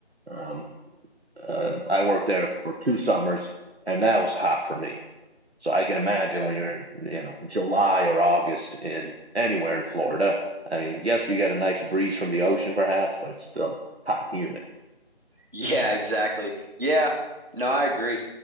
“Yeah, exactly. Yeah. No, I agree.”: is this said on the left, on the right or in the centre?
Right